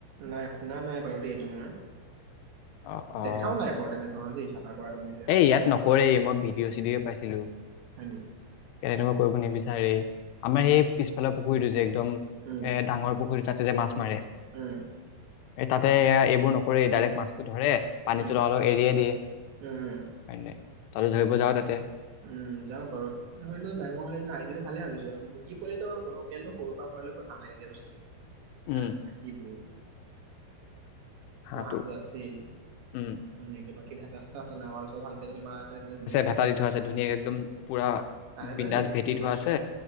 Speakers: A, on the right; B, on the left.
A: নাই, শুনা নাই বাৰু দেই এইটো মই
B: অ', অ',
A: দেখাও নাই বৰ তেনেধৰণৰ দেই। <unintelligible> তেনেকে
B: এই ইয়াত নকৰেই মই ভিডিঅ' চিডিঅ পাইছিলো।
A: হয়, নি?
B: <unintelligible> কৰিব নিবিচাৰেই। আমাৰ এই পিছফালে পু দিছে এক একদম এ
A: উম
B: ডাঙৰ পুখুৰী তাত যে মাছ মাৰে
A: উম।
B: এ তাতে এ এইবোৰ নকৰি ডাইৰেক্ট মাছটো ধৰে। পানীটো
A: উম
B: অলপ এৰিয়ে দিয়ে।
A: উম উম
B: তাত ধৰিব যাওঁ তাতে
A: উম, যাওঁ বাৰু ধৰি লওঁ ডাইঙ হ'লেদ আই দিয়াটো ভালে ভাবিছো মুৰ্গী লোকেলটো সৰুৰ পৰা ভৰাৈ কথা নাই তেতিয়া বুজছ নে।
B: উম
A: হাঁহটো থাকিবই।
B: হাঁহটো
A: গহাটো আছেই
B: উম
A: ধনেক কিবা কিবি <unintelligible> এ যদি মা আছে <unintelligible>
B: ভেটা
A: এইটো।
B: দি থোৱা
A: ন
B: আছে ধুনীয়াকে একদম পুৰা
A: তাৰ
B: বিন্দাজ
A: লেচু,
B: ভেটি
A: লেচু,
B: থোৱা আছে